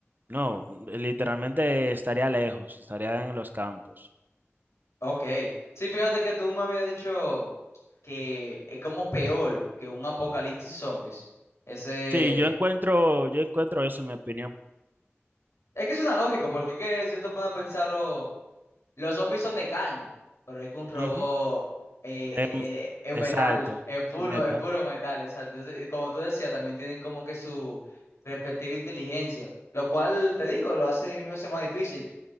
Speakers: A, on the right (about 45°); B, on the left (about 75°).
A: No, literalmente estaría lejos, estaría en los campos.
B: Ok. Sí, fíjate que tú me habías dicho que es como peor que un apocalipsis zombies. Ese.
A: Sí, yo encuentro, yo encuentro eso en mi opinión.
B: Es que es una lógica, porque es que si tú pones a pensarlo, los zombies son de carne, pero es que un robot
A: Ujú.
B: eh, eh,
A: Em,
B: eh, es
A: exacto,
B: metal, es puro,
A: el metal.
B: es puro metal, exacto. Entonces, eh, como tú decías, también tienen como que su respectiva inteligencia, lo cual, te digo, lo hace diez mil veces más difícil.